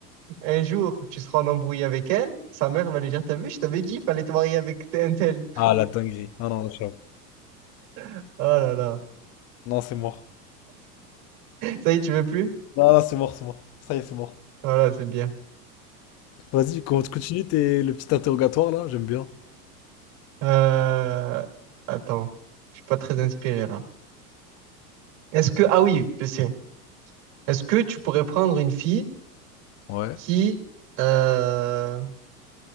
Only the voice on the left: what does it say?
Ah la dinguerie. Ah non, j'avoue.
Non, c'est mort.
Non, non, c'est mort, c'est mort. Ça y est, c'est mort.
Vas-y, con- continue tes, le petit interrogatoire là. J'aime bien.
Ouais.